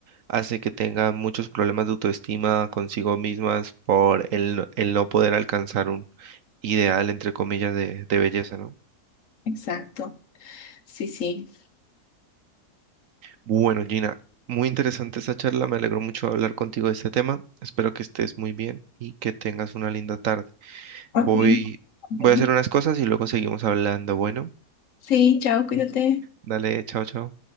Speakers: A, on the right; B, on the left.
A: hace que tenga muchos problemas de autoestima consigo mismas por el, no- el no poder alcanzar un ideal, entre comillas, de, de belleza, ¿no?
B: Exacto. Sí, sí.
A: Bueno, Gina, muy interesante esta charla, me alegró mucho hablar contigo de este tema, espero que estés muy bien y que tengas una linda tarde.
B: Ok.
A: Voy,
B: Bueno.
A: voy a hacer unas cosas y luego seguimos hablando. Bueno,
B: Sí, chao, cuídate.
A: dale, chao, chao.